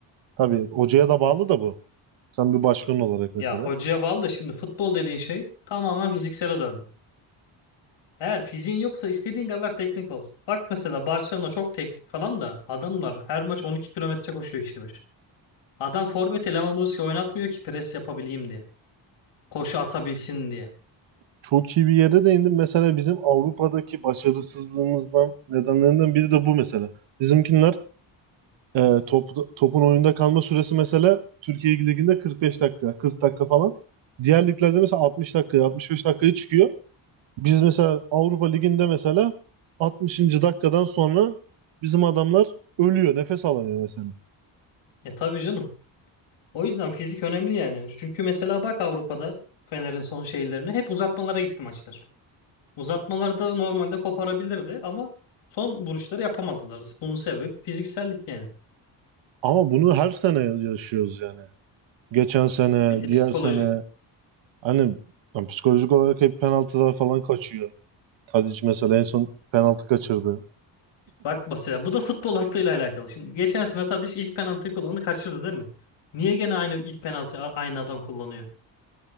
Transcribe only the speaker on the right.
tabii hocaya da bağlı da bu. Sen bir başkan olarak mesela.
Çok iyi bir yere değindin. Mesela bizim Avrupa'daki başarısızlığımızdan nedenlerinden biri de bu mesela. Bizimkinler Ee, top- topun oyunda kalma süresi mesela Türkiye Ligi'nde 45 dakika, 40 dakika falan. Diğer liglerde mesela 60 dakika, 65 dakikaya çıkıyor. Biz mesela Avrupa Ligi'nde mesela 60. dakikadan sonra bizim adamlar ölüyor, nefes alamıyor mesela.
Ama bunu her sene yaşıyoruz yani. Geçen sene,
diğer sene hani yani psikolojik olarak hep penaltılar falan kaçıyor. Tadic mesela en son penaltı kaçırdı.